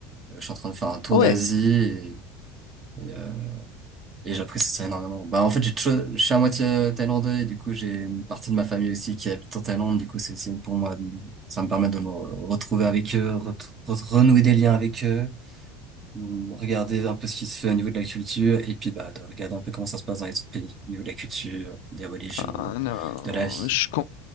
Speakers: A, on the right (about 35°); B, on the left (about 80°).
A: Euh, Je suis en train de faire un tour
B: Ah ouais,
A: d'Asie et, et, euh, et j'apprécie ça énormément. Bah en fait, j'ai toujours- je suis à moitié euh, thaïlandais et du coup, j'ai une partie de ma famille aussi qui habite en Thaïlande. Du coup, c'est aussi pour moi, de- ça me permet de me re- retrouver avec eux, re- re- renouer des liens avec eux. Mm, Regarder un peu ce qui se fait au niveau de la culture et puis bah, de regarder un peu comment ça se passe dans les autres pays, au niveau de la culture, des religions,
B: euh, non,
A: de la vie.
B: je, com-